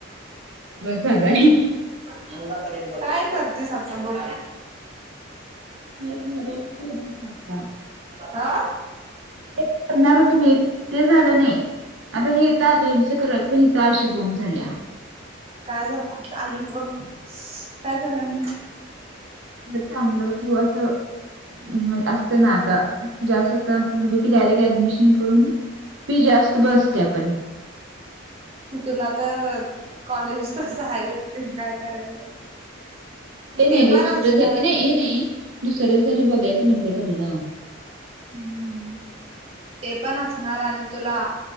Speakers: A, on the right; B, on the right.
A: करवाय
B: काय कर तेत्ता ब
A: मी मुरत होती सारखा
B: आा
A: ते करणार हो तुम्ही एक ते झालं नाही आता हेता आलेमच्या करायला पण हता अशी बोब झाल्या
B: काय झालं आ आई ग काय झालं आणि
A: चांगलं किंवा असं म्हणजे असत ना आता जास्त अस झालं की डायरेक्ट ऍडमिशन करून फी जास्त बसते आपण
B: मग तुला तर कॉलेज तच आहेच ते काय करायचं
A: ते नाही
B: पण
A: ग दुसर्या
B: असणार
A: झा नाही हे नाही दुसरं जरी बघायचं म्हटलं तर ग
B: हम्म ते पण असणार आणि तुला